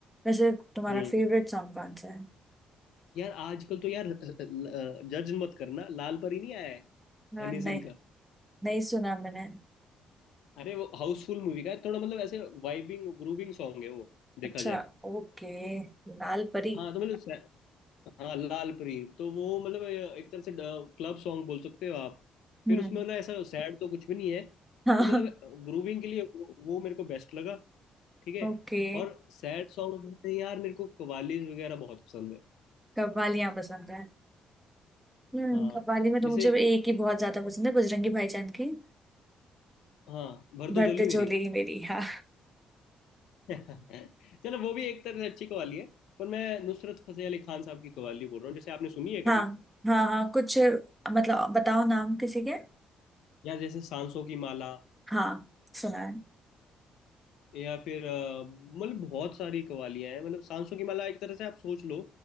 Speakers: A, in the centre; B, on the left.
A: वैसे तुम्हारा
B: हम्म
A: फेवरेट सॉन्ग कौन सा है
B: यार आजकल तो यार जज मत करना लाल परी नहीं आया है
A: हाँ,
B: हनी
A: नहीं
B: सिंह का
A: नहीं सुना मैंने
B: अरे वो हाउसफुल मूवी का है थोड़ा मतलब ऐसे वाइबिंग ग्रूविंग सॉन्ग है वो
A: अच्छा
B: देखा जाए
A: ओके लाल परी
B: हाँ तो मतलब सै- हाँ लाल परी तो वो मतलब एक तरह से क्लब सॉन्ग बोल सकते हो आप फिर
A: हम्म
B: उसमें मतलब ऐसा सैड तो कुछ भी नहीं है
A: हाँ
B: तो मतलब ग्रूविंग के लिए वो, वो मेरे को बेस्ट लगा ठीक है
A: ओके
B: और सैड सॉन्ग में यार मेरे को कवालीज वगैरह बहुत पसंद है
A: कव्वालियाँ पसंद है हम्म
B: हाँ
A: कव्वाली में तो
B: जैसे
A: मुझे एक ही बहुत ज्यादा पसंद है बजरंगी भाईजान की
B: हाँ भर दो
A: भर
B: झोली
A: दे
B: मेरी
A: झोली ही मेरी हाँ
B: <laughs> चलो वो भी एक तरह से अच्छी कवाली है पर मैं नुसरत फतेह अली खान साहब की कवाली बोल रहा हूँ जैसे आपने सुनी है
A: हाँ
B: कभी
A: हाँ हाँ कुछ मतलब बताओ नाम किसी के
B: या जैसे सांसों की माला
A: हाँ सुना है
B: या फिर अ, मतलब बहुत सारी कवालियां हैं मतलब सांसों की माला एक तरह से आप सोच लो